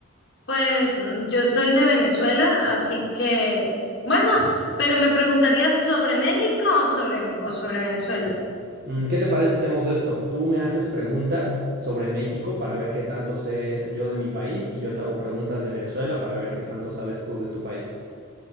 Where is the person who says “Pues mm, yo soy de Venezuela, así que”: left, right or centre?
Left